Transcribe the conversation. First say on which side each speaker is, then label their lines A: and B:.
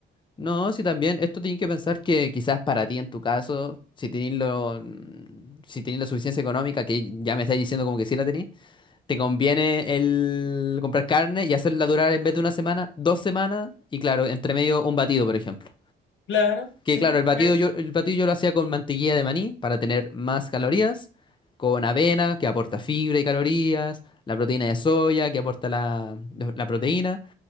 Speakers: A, on the left (about 25°); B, on the left (about 70°).
A: No, sí, también esto tienes que pensar que quizás para ti en tu caso, si tenés lo, si tenés la suficiencia económica, que ya me estáis diciendo como que sí la tenés, te conviene el comprar carne y hacerla durar en vez de una semana, dos semanas y claro, entre medio un batido, por ejemplo.
B: Claro,
A: Que
B: sí,
A: claro, el batido
B: eh,
A: yo, el batido yo lo hacía con mantequilla de maní para tener más calorías, con avena que aporta fibra y calorías, la proteína de soya que aporta la, la proteína